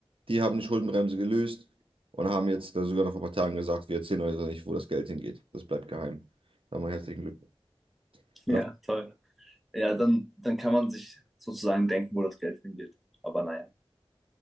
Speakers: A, on the right; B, in the centre.
A: Die haben die Schuldenbremse gelöst und haben jetzt da sogar noch vor ein paar Tagen gesagt, wir erzählen euch doch nicht, wo das Geld hingeht. Das bleibt geheim. Sagen wir herzlichen Glückwunsch.
B: Ja,
A: Und
B: toll. Ja, dann, dann kann man sich sozusagen denken, wo das Geld hingeht. Aber naja.